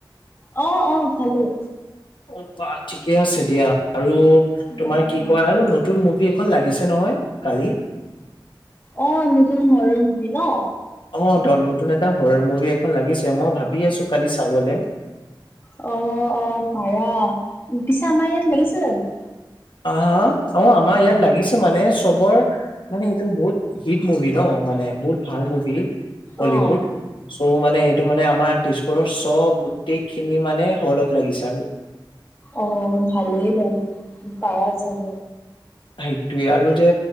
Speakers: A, on the left (about 25°); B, on the left (about 70°).
A: অ', অ', খালোঁ।
B: অ', বাৰু ঠিকে আছে দিয়া, আৰু
A: মাই
B: তোমাৰ
A: গড,
B: কি
A: মাই
B: কয় আৰু
A: গড।
B: নতুন মভি এখন লাগিছে নহয় কালি।
A: অ', নতুন ঘৰৰ মুভি ন'।
B: অ', নতুন এটা হৰৰ মুভি এখন লাগিছে, মই ভাবি আছোঁ, কালি চাবলৈ।
A: অ', অ', পাৰা। পিছে আমাৰ ইয়াত লাগিছে জানোঁ?
B: আহা অ', আমাৰ ইয়াত লাগিছে মানে চবৰ, মানে এইটো বহুত হিট মুভি ন' মানে বহুত ভাল মুভি, হলিউড।
A: অ
B: চ' মানে এইটো মানে আমাৰ তেজপুৰৰ চব গোটেই খিনি মানে হলত লাগিছে আৰু।
A: অ', ভালেই পাৰা চাব।
B: সেইটোৱেই আৰু যে